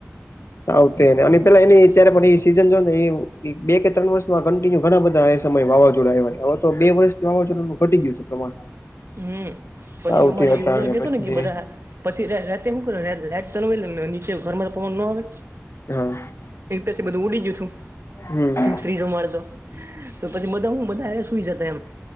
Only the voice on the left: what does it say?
આવતે અને પેલા એની અત્યારે પણ એ સીઝન જો ને બે કે ત્રણ વસ્ત કિન્યુ ઘણા બધા એ સમય વાવાઝોડા આવ્યા હતા હવે તો બે વર્ષથી વાવાઝોડાનું ઘટી ગયું છે પ્રમાણ.
આવતી
હતા
અને
પછી
હા
હમ